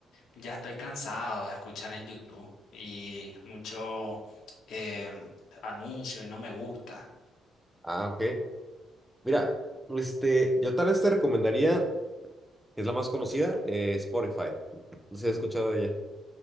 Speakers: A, on the left (about 70°); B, in the centre.
A: ya estoy cansado de escuchar en YouTube y mucho eh, anuncio y no me gusta.
B: Ah, ok. Mira, este, yo tal vez te recomendaría, es la más conocida, eh, Spotify. No sé si has escuchado de ella.